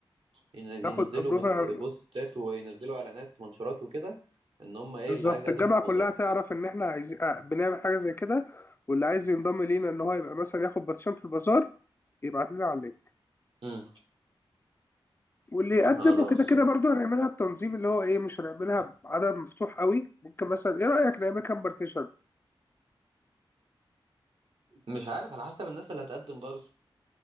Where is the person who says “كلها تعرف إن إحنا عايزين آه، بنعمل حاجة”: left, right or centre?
Left